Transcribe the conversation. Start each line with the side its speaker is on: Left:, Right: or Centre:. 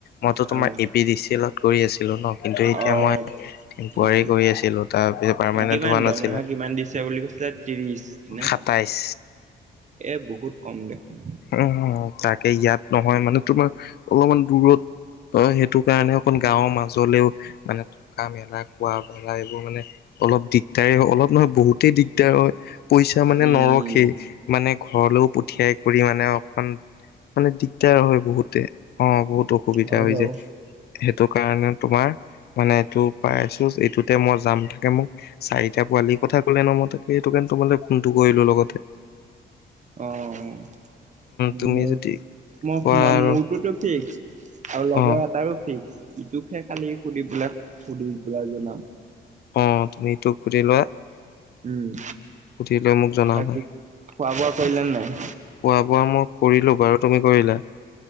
Left: মইতো তোমাৰ
Right: অ',
Left: এ পি ডি চি এলত কৰি আছিলো ন? কিন্তু এতিয়া
Right: অ',
Left: মই
Right: উম।
Left: কৰি আছিলো তাৰ পিছত পাৰমানেন্ট
Right: কিমান
Left: হোৱা
Right: দৰমহা
Left: নাছিলে
Right: কিমান দিছে বুলি কৈছিলে ত্ৰিশ নে
Left: সাতাইছ।
Right: এ বহুত কম দেখোন।
Left: উম', তাকে ইয়াত নহয় মানে তোমাৰ অলপমান দূৰত অ', সেইটো কাৰণে অকন গাঁৱৰ মাজলেও মানে থকা মেলা খোৱা বা এইবোৰ মানে অলপ দিগদাৰে অলপ নহয় বহুতেই দিগদাৰ হয়। পইচা মানে
Right: উম
Left: নৰখেই মানে ঘৰলৈও পঠিয়াই কৰি মানে অকমান মানে দিগদাৰ হয় বহুতে। অ', বহুত অসুবিধা
Right: হয়
Left: হৈ
Right: বাৰু
Left: যায়। সেইটো কাৰণে তোমাৰ মানে এইটো পাই আছো এইটো তে মই যাম থাকে মোক চাৰিটা পোৱালি কথা কলে ন' মই তাকে সেইটো কাৰণেটো ফোনটো কৰিলো লগত। <inaudible>
Right: অহ, মই
Left: তুমি
Right: -মই
Left: যদি কোৱা
Right: সোমাম
Left: আৰু
Right: মোৰটোতো ফিক্স। আৰু লগৰ
Left: অ
Right: এটাৰো ফিক্স ইটোকহে খালি সুধি পেলাই -সুধি পেলাই জনাম।
Left: অ', তুমি এইটো সুধি লোৱা
Right: উম
Left: সুধিলৈ মোক জনাবা।
Right: বাকী খোৱা -বোৱা কৰিলা নেনাই?
Left: খোৱা -বোৱা মই কৰিলোঁ বাৰু তুমি কৰিলা?